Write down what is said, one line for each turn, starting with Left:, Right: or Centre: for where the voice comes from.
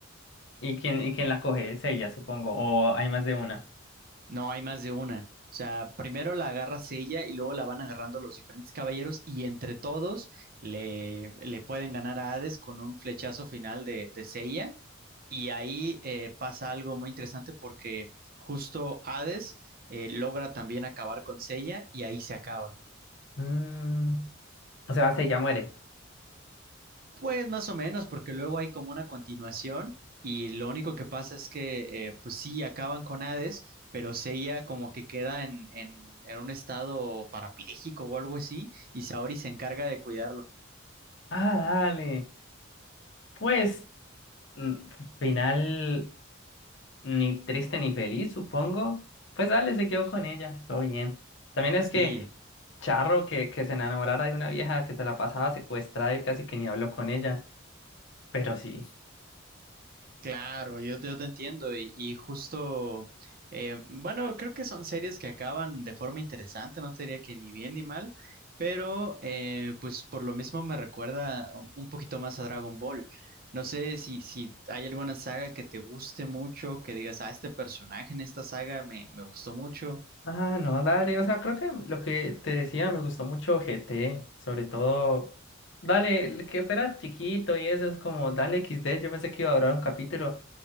Left: ¿Y quién, y quién la coge? Es ella, supongo. O hay más de una.
Right: No, hay más de una. O sea, primero la agarras ella y luego la van agarrando los diferentes caballeros y entre todos le, le pueden ganar a Hades con un flechazo final de, de Seiya. Y ahí eh, pasa algo muy interesante porque justo Hades eh, logra también acabar con Seiya y ahí se acaba.
Left: Mm, O sea, si ella muere.
Right: Pues más o menos, porque luego hay como una continuación y lo único que pasa es que, eh, pues sí, acaban con Hades, pero Seiya como que queda en, en, en un estado parapléjico o algo así y Saori se encarga de cuidarlo.
Left: Ah, dale. Pues, mm, final ni triste ni feliz, supongo. Pues dale, se quedó con ella. Todo bien. También es
Right: Sí,
Left: que Charro que, que se enamorara de una vieja que se la pasaba secuestrada y casi que ni habló con ella. Pero sí.
Right: Claro, yo, yo te entiendo y, y justo, eh, bueno, creo que son series que acaban de forma interesante, no te diría que ni bien ni mal, pero eh, pues por lo mismo me recuerda un un poquito más a Dragon Ball. No sé si, si hay alguna saga que te guste mucho, que digas, ah, este personaje en esta saga me, me gustó mucho.
Left: Ah, no, dale, o sea, creo que lo que te decía me gustó mucho GT, sobre todo, dale, el que fuera chiquito y eso es como, dale X D yo pensé que iba a durar un capítulo